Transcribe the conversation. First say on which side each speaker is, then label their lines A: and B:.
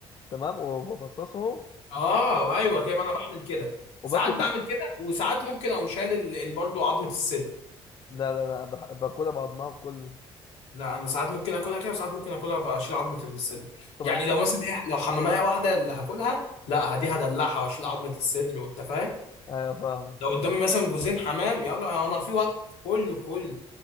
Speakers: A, on the left (about 45°); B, on the left (about 85°).
A: تمام وبفصصهم
B: اه ايوه كده ما انا بعمل كده
A: وباكل
B: ساعات بعمل كده وساعات ممكن اقوم شايل ال... ال- برضه عظمه الصدر
A: لا لا لا بح- باكلها بعضمها كله
B: لا انا ساعات ممكن اكلها كده وساعات ممكن اكلها بقى اشيل عظمه الصدر
A: طب
B: يعني
A: انت
B: لو مثلا إيه، لو حماميه واحده اللي هاكلها لا دي هدلعها واشيل عظمه الصدر وانت فاهم
A: ايوه فاهمك
B: لو
A: فاهم.
B: قدامي مثلا جوزين حمام يلا انا في وقت كله في كله